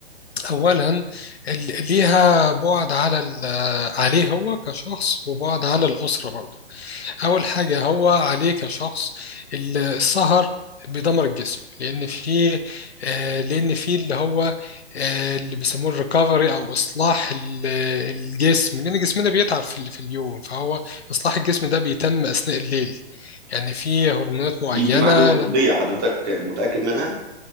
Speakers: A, on the left (about 70°); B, on the right (about 20°).
A: أولا ال- ليها بعد على ال- عليه هو كشخص وبعد على الأسرة برضه أول حاجة هو عليه كشخص ال- السهر بيدمر الجسم لأن في آه، لأن في اللي هو آه، اللي بيسموه الريكفري أو إصلاح ال- الجسم لأن جسمنا بيتعب في ال- في اليوم فهو إصلاح الجسم ده بيتم أثناء الليل يعني في هرمونات معينة
B: دي دي معلومه طبيه حضرتك متاكد منها